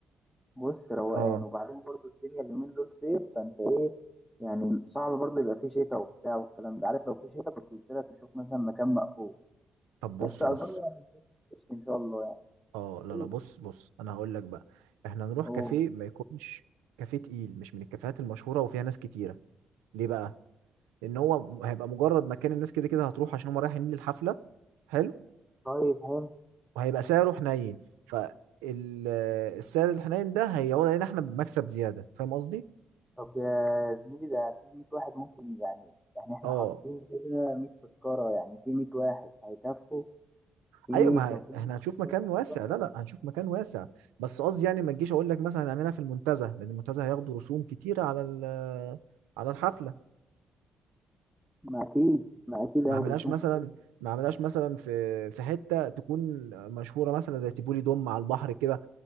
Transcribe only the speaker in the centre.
بص روقان
وبعدين برضو الدنيا اليومين دول صيف فانت ايه يعني صعب برضو يبقى فيه شتاء وبتاع والكلام ده عارف لو فيه شتاء كنت قلت لك نشوف مثلا مكان مقفول
بس اظن
يعني الدنيا مش هتشتي ان شاء الله يعني
ايه
اوه
طيب حلو
طب يا زميلي ده في 100 واحد ممكن يعني يعني احنا
حاطين كده 100 تذكرة يعني في 100 واحد هيكفوا في
كافيه
واحد.
ما اكيد ما اكيد هياخدوا
رسوم
كتير